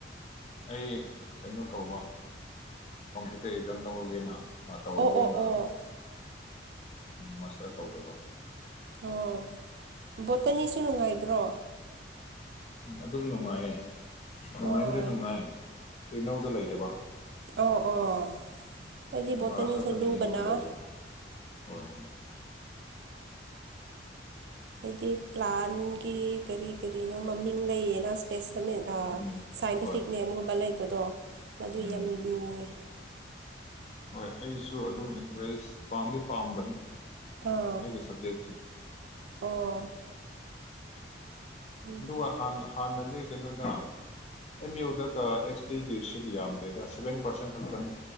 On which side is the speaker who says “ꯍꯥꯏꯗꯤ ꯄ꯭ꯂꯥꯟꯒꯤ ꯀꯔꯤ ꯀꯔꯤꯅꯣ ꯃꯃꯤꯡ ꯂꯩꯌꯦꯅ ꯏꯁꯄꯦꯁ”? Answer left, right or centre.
Right